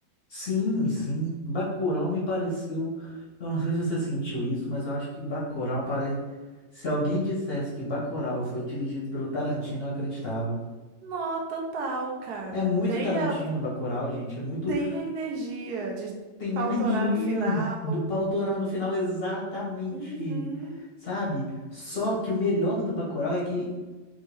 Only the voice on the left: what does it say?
Sim, sim. Bacurau me pareceu. Eu não sei se você sentiu isso, mas eu acho que Bacurau parece. Se alguém dissesse que Bacurau foi dirigido pelo Tarantino, eu acreditava.
É muito
Tarantino,
Bacurau, gente. É muito.
Tem
energia
do pau torar no final, exatamente.
Sabe? Só que o melhor do Bacurau é que